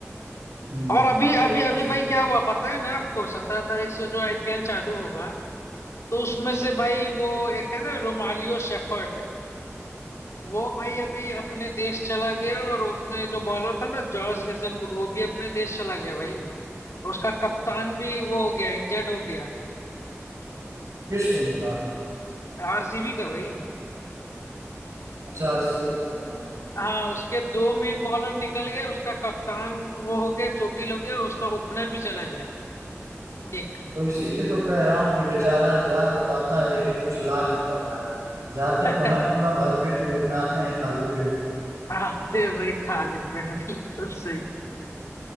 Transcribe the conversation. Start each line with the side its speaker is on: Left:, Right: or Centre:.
Right: हम्म,
Left: और अभी अभी
Right: तो
Left: अभी
Right: इसमें
Left: भाई क्या हुआ पता है ना आपको सत्रह तारीख से जो आईपीएल चालू होगा तो उसमें से भाई वो एक है ना रोमालियो शेफर्ट वो भाई अभी अपने देश चला गया और उसमें जो बॉलर था ना जॉर्ज हेजलवुड वो भी अपने देश चला गया भाई उसका कप्तान भी वो हो गया इंजर्ड हो गया
Right: किस टीम का
Left: आरसीबी का भाई
Right: अच्छा आरसीबी का हाँ।
Left: हाँ उसके दो मेन बॉलर निकल गए उसका कप्तान वो हो गया चोटिल हो गया उसका ओपनर भी चला गया एक
Right: तो इसीलिए तो कह रहा हूँ कि बेचारा जा तो पाता है लेकिन कुछ ला नहीं पाता है जाते
Left: <laughs>
Right: तो है पूरा भरपेट लेकिन आते हैं खाली पेट
Left: आते भाई खाली पेट भी सही